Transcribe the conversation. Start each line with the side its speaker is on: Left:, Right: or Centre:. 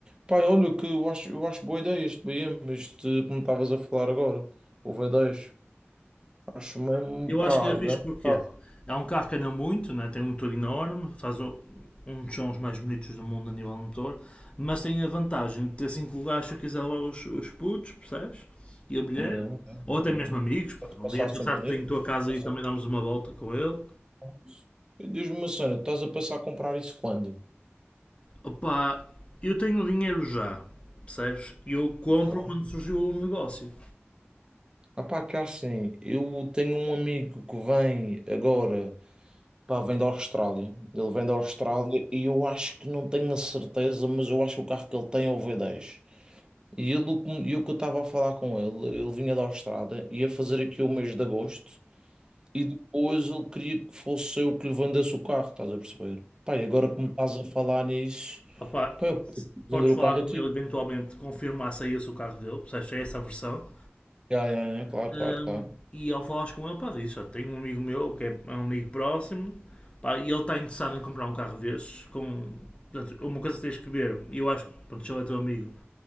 Right: Pai, olha, que eu acho, eu acho boa ideia este BM, este, como estavas a falar agora, o V10. Acho mesmo,
Left: Eu
Right: pá,
Left: acho que era
Right: grande
Left: fixe porque
Right: carro.
Left: é um carro que anda muito, né? tem um motor enorme, faz o- um dos sons mais bonitos do mundo a nível de motor, mas tem a vantagem de ter cinco lugares se eu quiser levar os, os putos, percebes? E a mulher,
Right: Yeah, yeah,
Left: ou até
Right: yeah.
Left: mesmo amigos, pá,
Right: Podes
Left: um
Right: passar
Left: dia passar-te
Right: sempre nisto.
Left: em tua
Right: podes
Left: casa
Right: passar
Left: e também
Right: sempre
Left: damos uma volta com ele.
Right: lá. E Diz-me uma cena, estás a passar a comprar isso quando?
Left: Opa, eu tenho o dinheiro já, percebes? E eu compro
Right: Ok.
Left: quando surgiu o negócio.
Right: Ah, pá, que é assim, eu tenho um amigo que vem agora, pá, vem da Austrália. Ele vem da Austrália e eu acho que não tenho a certeza, mas eu acho que o carro que ele tem é o V10. E ele, o que me- e o que eu estava a falar com ele, ele vinha da Austrália, ia fazer aqui o mês de agosto e depois ele queria que fosse eu que lhe vendesse o carro, estás a perceber? Pá, e agora que me estás a falar nisso,
Left: Opa,
Right: pá, eu
Left: se-
Right: posso vender
Left: podes
Right: o
Left: falar
Right: carro
Left: com
Right: a ti.
Left: ele eventualmente, confirmar se é esse o carro dele, percebes? Se é essa a versão.
Right: Já, já, já, claro,
Left: Hum,
Right: claro, claro.
Left: e ao falares com ele, pá, diz, "Olha, tenho um amigo meu que é é um amigo próximo, pá, e ele está interessado em comprar um carro destes, com... Portanto, uma coisa que tens que ver, e eu acho que, pronto, se ele é teu amigo,